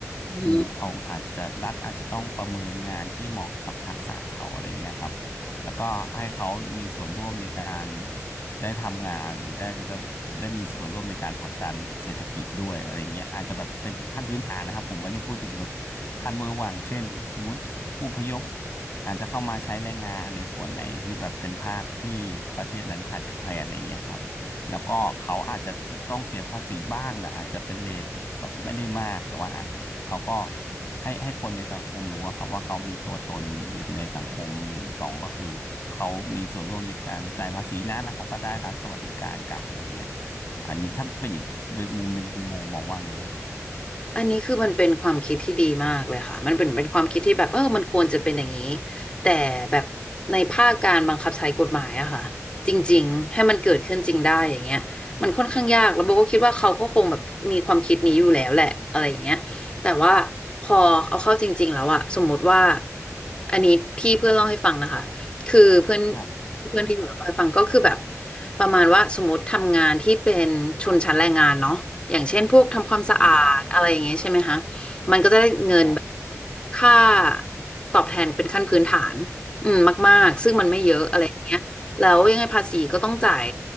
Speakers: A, on the left; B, on the left.
A: อืม
B: ดูเอาอาจจะรัฐอาจจะต้องประเมินงานที่เหมาะกับทักษะเขาอะไรเงี้ยครับแล้วก็ให้เขามีส่วนร่วมในการ ได้ทำงานหรือได้แบบได้มีส่วนร่วมในการผลักดันเศรษฐกิจด้วยอะไรเงี้ยอาจจะแบบเป็นขั้นพื้นฐานนะครับผมไม่ได้พูดถึงแบบขั้นเวอร์วังเช่นสมมติผู้อพยพอาจจะเข้ามาใช้แรงงานในส่วนไหนที่แบบเป็นภาคที่ประเทศนั้นขาดแคลนอะไรเงี้ยครับแล้วก็เขาอาจจะต้องเสียภาษีบ้างแหละอาจจะเป็นเรท แบบไม่ได้มากแต่ว่าอ่ะเขาก็ให้ให้คนในสังคมรู้อะครับว่าเขามีตัวตนอยู่ในสังคมหนึ่งสองก็คือเขามีส่วนร่วมในการจ่ายภาษีนะแล้วเขาก็ได้รัฐสวัสดิการกลับอะไรเงี้ยอันนี้ถ้าเป็นอีกมุมหนึ่งคุณโบมองว่าไงฮะ
A: อันนี้คือมันเป็นความคิดที่ดีมากเลยค่ะมันเป็นเป็นความคิดที่แบบเออมันควรจะเป็นอย่างนี้แต่แบบในภาคการบังคับใช้กฎหมายอะค่ะจริงๆ ให้มันเกิดขึ้นจริงได้อย่างเงี้ยมันค่อนข้างยากแล้วโบก็คิดว่าเขาก็คงแบบมีความคิดนี้อยู่แล้วแหละอะไรอย่างเงี้ยแต่ว่าพอเอาเข้าจริงๆแล้วอะสมมติว่าอันนี้ที่เพื่อนเล่าให้ฟังนะคะคือเพื่อนที่เพื่อนที่อยู่เล่าให้ฟังก็คือแบบ
B: ครับ
A: ประมาณว่าสมมติทำงานที่เป็นชนชั้นแรงงานเนาะอย่างเช่นพวกทำความสะอาดอะไรอย่างเงี้ยใช่ไหมคะ
B: อืม
A: มันก็จะได้เงินแบบ
B: ครับ
A: ค่าตอบแทนเป็นขั้นพื้นฐานอืมมากๆซึ่งมันไม่เยอะอะไรอย่างเงี้ยแล้วยังไงภาษีก็ต้องจ่าย
B: ครับ